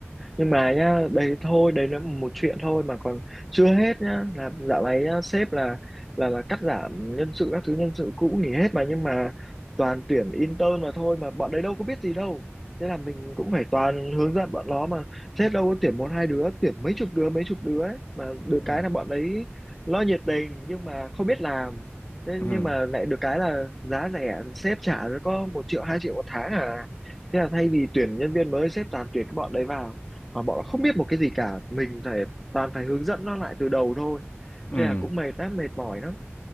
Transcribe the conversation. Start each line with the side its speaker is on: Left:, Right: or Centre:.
Centre: Nhưng mà nhá, đấy thôi, đấy là một chuyện thôi mà còn chưa hết nhá, là dạo này nhá, sếp là là là cắt giảm nhân sự các thứ nhân sự cũ nghỉ hết mà nhưng mà toàn tuyển intern mà thôi mà bọn đấy đâu có biết gì đâu. Thế là mình cũng phải toàn hướng dẫn bọn nó mà sếp đâu có tuyển một hai đứa, tuyển mấy chục đứa mấy chục đứa ấy mà
Left: ừ.
Centre: được cái là bọn đấy lo nhiệt tình nhưng mà không biết làm. Thế
Left: Ừ.
Centre: nhưng mà lại được cái là giá rẻ, sếp trả có một triệu hai triệu một tháng à thế là thay vì tuyển nhân viên mới sếp toàn tuyển cái bọn đấy vào mà bọn nó không biết một cái gì cả mình phải toàn phải hướng dẫn nó lại từ đầu thôi
Left: Ừ.
Centre: thế là cũng mệt lắm mệt mỏi lắm